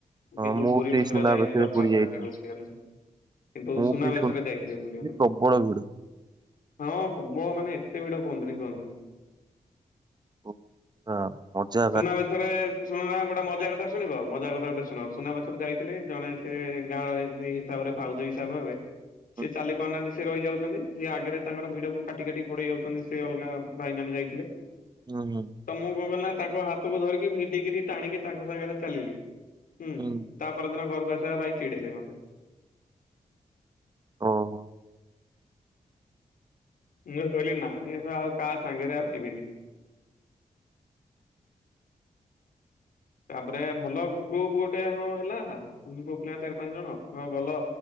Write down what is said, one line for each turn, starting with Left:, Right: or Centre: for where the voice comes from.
Right: ହଁ
Left: କିନ୍ତୁ
Right: ମୁଁ
Left: ପୁରୀ
Right: ବି
Left: ମନ୍ଦିର
Right: ସୁନାବେଶରେ
Left: ଯାଇନି ରଥଯାତ୍ରା
Right: ପୁରୀ ଯାଇଥିଲି
Left: କାଳୁ ବୁଲିବା ପାଇଁ। କିନ୍ତୁ
Right: ମୁଁ
Left: ସୁନାବେଶରେ
Right: ବି
Left: ଯାଇଥିଲି ବୁଲିବା ପାଇଁ।
Right: ପ୍ରବଳ ଭିଡ।
Left: ହଁ ପ୍ରବଳ ମାନେ ଏତେ ଭିଡ କୁହନ୍ତୁନି କୁହନ୍ତୁନି।
Right: ଓ, ହଁ ଅଜା।
Left: ସୁନାବେଶରେ ଶୁଣୁନା ଗୋଟେ ମଜା କଥା। ଶୁଣିବ ମଜା କଥା ଗୋଟେ ଶୁଣ ସୁନାବେଶରେ ଯାଇଥିଲି ଜଣେ ସେ ଗାଁର ହିସାବରେ ଭାଉଜ ହିସାବ ହେବେ।
Right: ହୁଁ
Left: ସେ ଚାଲି ପାରୁନାହାନ୍ତି ସେ ରହିଯାଉଛନ୍ତି ସେ ଆଗରେ ତାଙ୍କର ଭିଡକୁ କାଟି କାଟି ପଡେଇ ଯାଉଛନ୍ତି ସେ ଅଲଗା। ଭାଇମାନେ ଯାଇଥିଲେ।
Right: ହୁଁ ହୁଁ।
Left: ତ ମୁଁ କଣ କଲି ନା ତାଙ୍କ ହାତକୁ ଧରିକି ଭିଡିିକିରି ଟାଣିକି ତାଙ୍କ ସାଙ୍ଗରେ ଚାଲିଲି ହୁଁ।
Right: ହୁଁ।
Left: ତା ପରଦିନ ଘରକୁ ଆସିବା ଭାଇ ଚିଡ଼େଇଲେ ମତେ।
Right: ଓ ହୋ।
Left: ମୁଁ କହିଲି ନା ଏ ଶଳା ଆଉ କାହା ସାଙ୍ଗରେ ଆଉ ଯିବିନି। ତାପରେ ଭଲ ଗ୍ରୁପ ଗୋଟେ ହଁ ହେଲା ପୁଅ ପିଲା ଚାରି ପାଞ୍ଚ ଜଣ ହଁ ଗଲ।